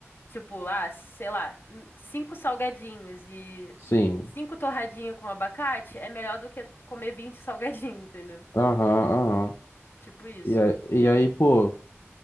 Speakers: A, on the left; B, on the left.
A: tipo, ah, sei lá, hum, cinco salgadinhos e
B: Sim.
A: cinco torradinhas com abacate, é melhor do que comer 20 salgadinhos, entendeu?
B: Aham, aham.
A: Tipo isso.
B: E aí, e aí, pô,